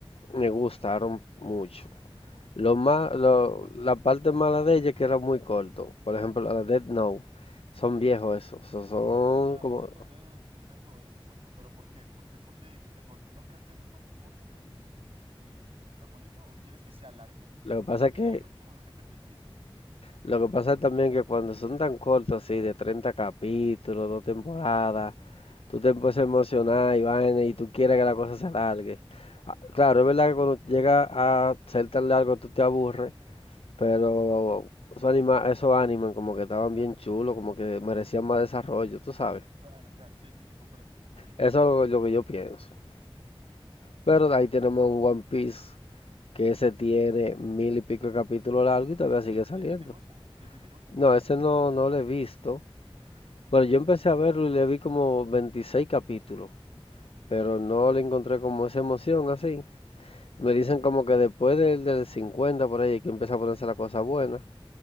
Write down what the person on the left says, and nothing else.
me gustaron mucho. Lo más,
lo-
la parte mala de ella es que era muy corto. Por ejemplo, la de Death Note. Son viejos esos. so- Son
como.
Lo
que pasa
es
que.
Lo que pasa es también que cuando son tan cortos así, de 30 capítulos, dos temporadas, tú te empiezas a emocionar y vaina, y tú quieres que la cosa se alargue. Ah, Claro, es verdad que cuando llega a ser tan largo tú te aburres. Pero esos, anima, esos animes como que estaban bien chulos, como que merecían más desarrollo, tú sabes.
Eso es lo, lo que yo pienso. Pero ahí tenemos un One Piece que ese tiene mil y pico de capítulos largos y todavía
sigue
saliendo.
No, ese no, no lo he visto. Bueno, yo empecé a verlo y le vi como 26 capítulos, pero no le encontré como esa emoción así. Me dicen como que después del, del 50 por ahí es que empieza a ponerse la cosa buena.